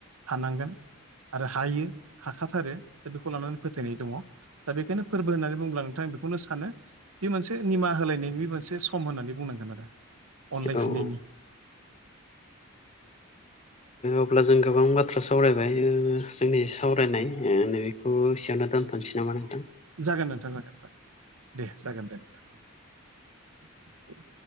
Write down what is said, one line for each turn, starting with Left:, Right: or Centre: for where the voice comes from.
Right: हानांगोन आरो हायो हाखाथारो दा बेखौ लानानै फोथायनाय दङ दा बेखायनो फोरबो होननानै बुङोब्ला नोंथां आं बेखौनो सानो बे मोनसे निमाहा होलायनायनि मोनसे सम होननानै बुंनांगोन आरो। अनलायफिननायनि।
Left: औ औ अब्ला जों गोबां बाथ्रा सावरायबाय जोंनि सावरायनाय नैबेखौ एसेयावनो दोनथ' जों ज नोसै नामा नोंथां।
Right: जागोन नोंथां जागोन दे जागोन दे नोंथां। <inaudible>